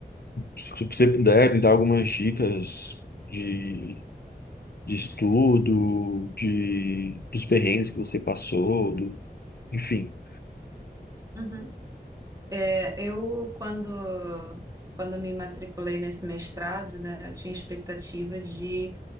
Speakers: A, on the left; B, on the right.
A: se você puder, me dar algumas dicas de, de estudo, de, dos perrengues que você passou, do, enfim.
B: Uhum. É, eu, quando, quando me matriculei nesse mestrado, né, eu tinha expectativa de